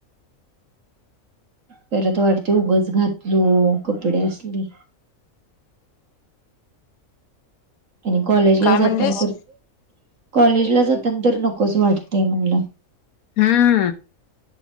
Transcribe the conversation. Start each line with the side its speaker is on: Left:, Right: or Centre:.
Right: परत वाटते उगच घातलो कपडे असली आणि कॉलेजला
Left: काय
Right: जाताना
Left: म्हणलीस?
Right: तर कॉलेजला जाताना तर नकोच वाटतेय म्हटल
Left: हम्म